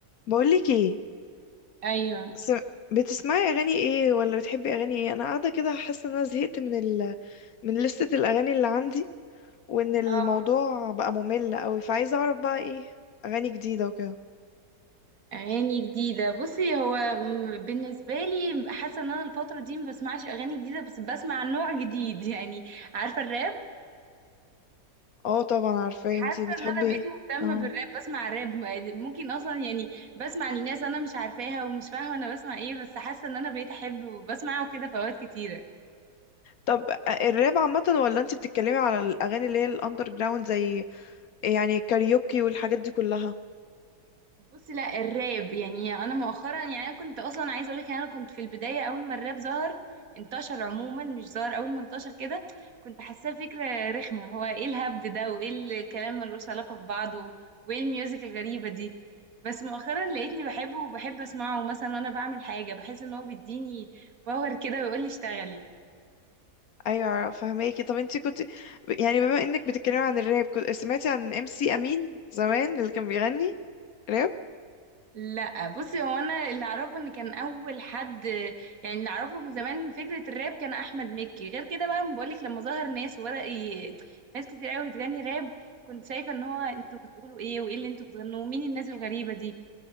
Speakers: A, on the left (about 65°); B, on the right (about 55°).
A: بقولك ايه
B: ايوه
A: سم... بتسمعي اغاني ايه ولا بتحبي اغاني ايه انا قاعده كده حاسه ان انا زهقت من ال... من لستة الاغاني اللي عندي وان الموضوع
B: اه
A: بقى ممل قوي فعايزه اعرف بقى ايه اغاني جديده وكده
B: اغاني جديده بصي هو م- بالنسبه لي حاسه ان انا الفتره دي ما بسمعش اغاني جديده بس بسمع نوع جديد <laughs> يعني عارفه الراب
A: اه طبعا عارفاه
B: حاسه
A: انتي بتحبي
B: ان انا بقيت
A: ايه
B: مهتمه
A: اه
B: بالراب بسمع راب م- ممكن اصلا يعني بسمع لناس انا مش عارفاها ومش فاهمه انا بسمع ايه بس حاسه ان انا بقيت احب وبسمعه كده في اوقات كتيره
A: طب الراب عامه ولا انتي بتتكلمي على الاغاني اللي هي الاندر جراوند زي يعني كاريوكي والحاجات دي كلها
B: بص لا الراب يعني انا مؤخرا يعني انا كنت اصلا عايزه اقول لك انا كنت في البدايه اول ما الراب ظهر انتشر عموما مش ظهر اول ما انتشر كده كنت حاساه فكره رخمه هو ايه الهبد ده وايه الكلام ملوش علاقه ببعضه وايه الميوزك الغريبه دي بس مؤخرا لقيتني بحبه وبحب اسمعه مثلا وانا بعمل حاجه بحس ان هو بيديني باور كده ويقول لي اشتغلي
A: ايوه فهماكي طب انتي كنت يعني بما انك بتتكلمي عن الراب كنت سمعتي عن ام سي امين زمان اللي كان بيغني راب
B: لا بصي هو انا اللي اعرفه ان كان اول حد يعني اللي اعرفه من زمان فكره الراب كان احمد مكي غير كده بقى بقولك لما ظهر ناس وبدا ي... ناس كتير قوي تغني راب كنت شايفه ان هو انتوا بتقولوا ايه وايه اللي انتوا بتغنوه مين الناس الغريبه دي